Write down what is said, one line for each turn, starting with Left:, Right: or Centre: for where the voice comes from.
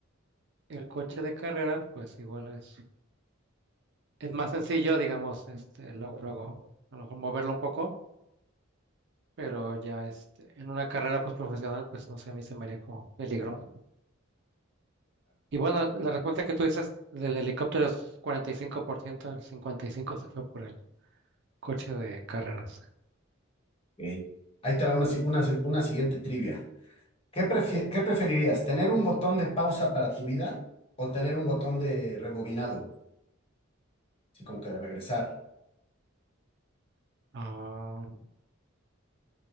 Right: el coche de carrera, pues igual es, es más sencillo, digamos, este, luego, luego, a lo mejor moverlo un poco, pero ya este, en una carrera pues profesional, pues no sé, a mí se me haría como peligroso. Y bueno, la respuesta que tú dices del helicóptero es 45%, el 55% se fue por el coche de carreras.
Left: Ok. Ahí te va una, si- una si- una siguiente trivia. ¿Qué prefie- qué preferirías? ¿Tener un botón de pausa para tu vida o tener un botón de rebobinado? Así como que de regresar.
Right: Ah,